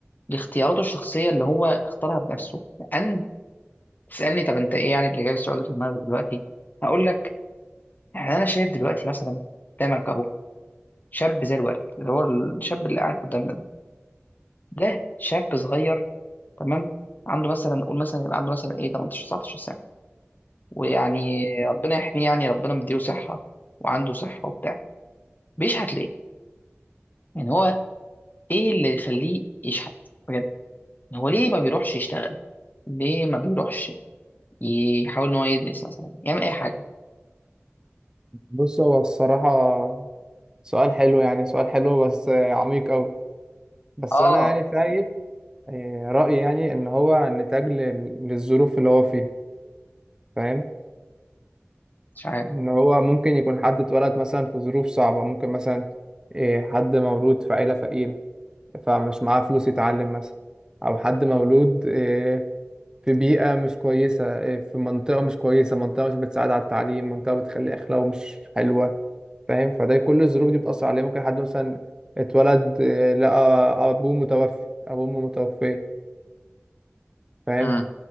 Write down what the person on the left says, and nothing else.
لاختياراته الشخصيه اللي هو اختارها بنفسه لان تسالني طب انت ايه يعني اللي جايب السؤال ده في دماغك دلوقتي هقول لك يعني انا شايف دلوقتي مثلا قدامك اهو شاب زي الورد اللي هو الشاب اللي قاعد قدامنا ده ده شاب صغير تمام عنده مثلا نقول مثلا يبقى عنده مثلا ايه 18 19 سنه ويعني ربنا يحميه يعني ربنا مديله صحة وعنده صحة وبتاع بيشحت ليه؟ يعني هو ايه اللي يخليه يشحت بجد؟ هو ليه ما بيروحش يشتغل؟ ليه ما بيروحش يحاول ان هو يدرس مثلا يعمل اي حاجة؟
اه
مش عارف
امم